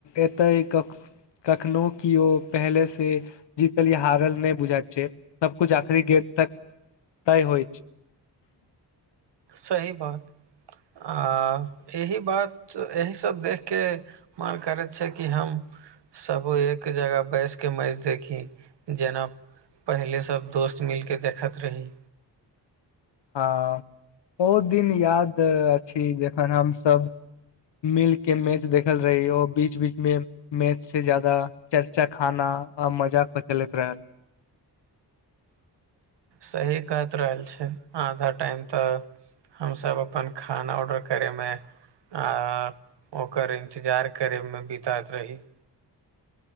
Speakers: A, on the left; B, on the right.
A: एतै क कखनोहु किओ पहले से जीतल या हारल नहि बुझा छै सब कुछ आखिरी गेंद तक तैय होइ छै
B: सही बात आ यही बात यही सब देखके मन करैत छै कि हम सब एक जगह बैस के मैच देखी जेना पहिले सब दोस्त मिलके देखैत रही
A: हँ ओ दिन याद अछि जखन हमसभ मिल के मैच देखल रही ओ बीच बीच मे मैच से जाददा चर्चा खाना आ मजाक पर चलैत रहै
B: सही कहत रहल छै आधा टाइम तऽ हमस अपन खाना ऑर्डर करे मे आ ओकर इंतजार करे मे बिताइत रही